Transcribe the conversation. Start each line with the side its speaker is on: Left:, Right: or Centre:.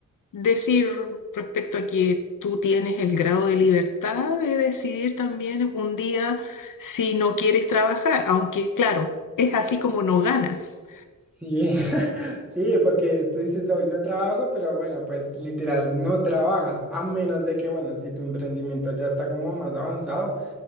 Left: decir respecto a que tú tienes el grado de libertad de decidir también un día si no quieres trabajar, aunque claro, es así como no ganas.
Centre: Sí, <laughs> sí, porque tú dices hoy no trabajo, pero bueno, pues literal no trabajas, a menos de que, bueno, si tu emprendimiento ya está como más avanzado,